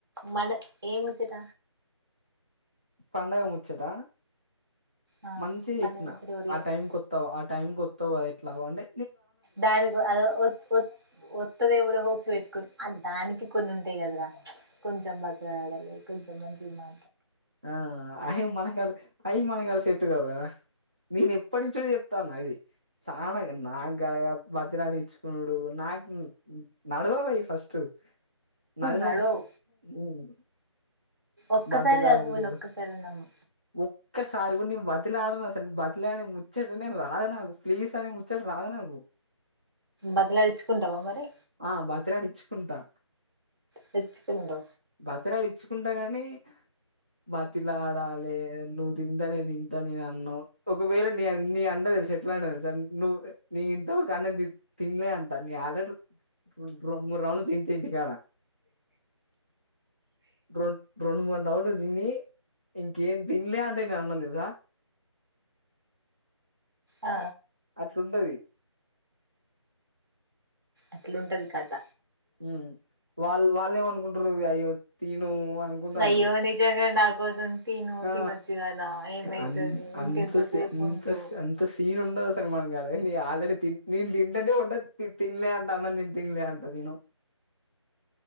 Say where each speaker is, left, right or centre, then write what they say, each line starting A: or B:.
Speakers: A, on the right (about 45°); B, on the right (about 20°).
A: మను ఏముచ్చట
B: పండగ ముచ్చట
A: ఆ
B: మంచిగా
A: పండుగ
B: చెప్పిన
A: ముచ్చట ఎవరు
B: ఆ
A: చెప్పు
B: టైంకిత్తావా ఆ టైంకొత్తవు కదె లవ్వండి.
A: దానికి అదో ఒత్ ఒత్ వత్తదేవురో హోప్స్ పెట్టుకుని దానికి కొన్ని ఉంటాయి కదరా కొంచెం బతిలాడాలి. కొంచెం మంచిగా మా
B: ఆ హయి మనకాడ అయి మనకాడ సెట్టుగావు కదా మీనీప్ ఎప్పటి నుంచో చెప్తానా ఇది చానా నాకు గడ బతిలాడి ఇచ్చుకునుడు. నాకు నడవవవి ఫస్ట్ నాది
A: నడవవు
B: నువ్వు మ్
A: ఒక్కసారి
B: బతి బతిలాడుడు
A: కాకపోయినా ఒక్కసారి అన్నాము
B: ఒక్కసారి కూడన్ నేను బతిలాడను అసలు బతిలాడని ము ముచ్చేటనే రాదు నాకు ప్లీజ్ అని ము ముచ్చట రాదు నాకు
A: బతిలాడించుకుంటావా మరి
B: ఆ బతిలాడిచ్చుకుంటా
A: తెచ్చుకుండు
B: బతిలాడిచ్చుకుంటగా మీ క్ బత్ బతిలాడాలే నువ్వు తింటనేే తిన్ అంత నీ అన్నం ఒకవేళ నీ నీ అండ తెలుసా ఎట్లా అంటే తెలుసా నువ్వు నీ ఇంత వరకు అన్నం తినలే అంటా నీ ఆల్రెడీ రెండు మూడు రౌండ్లు తింటా ఇంటికాడ రొండ్ రొండు ముడ్ రౌండ్ తిని ఇంకేం తిన్లే అంటే నేను అన్నం తెలుసా
A: ఆ
B: అట్లుఉండది
A: అట్లుంటది కథ
B: మ్ వాళ్ళు వాళ్ళ ఏమ అనుకుంటారు. అయ్యో తిను అనుకుంటుంట్రూ
A: అయ్యో నిజంగా నా కోసం తిను
B: ఆ
A: తినొచ్చు కదా ఏమైతది
B: అ
A: ఇంకెంతసేపు
B: అంత స్ అంత
A: ఉండు
B: స్ అంత సీన్ ఉండదు. అసలు మనకడ ఏంది ఆల్రెడీ తీన్ నేను తిన్ ఏంది ఉండంది తినేలేంట అన్నం తిని తినలే అంట తిను